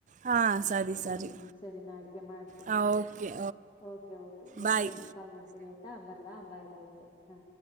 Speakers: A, on the right; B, on the left.
A: ಹಾಂ ಸರಿ
B: ಹ್ಮ್
A: ಸರಿ
B: ಸರಿ ನಾ ಅಡ್ಗೆ ಮಾಡ್ತೀನಿ
A: ಹಾಂ ಓಕೆ
B: ಓಕೆ ೆ ನೆಕ್ಸ್ಟ್
A: ಬಾಯ್
B: ಟೈಮ್ ಕಾಲ್ ಮಾಡ್ತೀನಿ ಆಯ್ತಾ ಬರ್ಲಾ ಬಾಯ್ ಬಾಯ್ ಬಾಯ್ ಹ